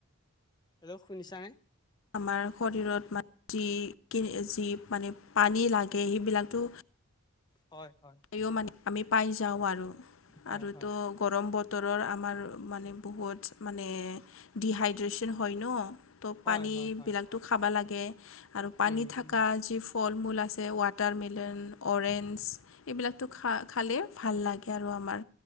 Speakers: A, on the left; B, on the left.
A: হেল্ল'! শুনিছানে?
B: আমাৰ শৰীৰত মা <unintelligible> যি পানী লাগে, সেইবিলাকতো
A: হয়, হয়।
B: পায়ো মানে আমি পাই যাওঁ আৰু।
A: হয়
B: আৰু
A: হয়
B: ত', গৰম বত তৰৰ আমাৰ মানে, বহুত মানে, ডিহাইড্ৰেচন হয় ন ত' পানীবিলাকতো
A: হয় হয় হয়
B: খাবা লাগে। আৰু পানী
A: উম
B: থাকা
A: উম
B: যি ফ্ৰু ফল-মূল আছে, ৱাটাৰমেলন, অৰেঞ্জ এইবিলাকতো খা-খালেই ভাল লাগে, আৰু আমাৰ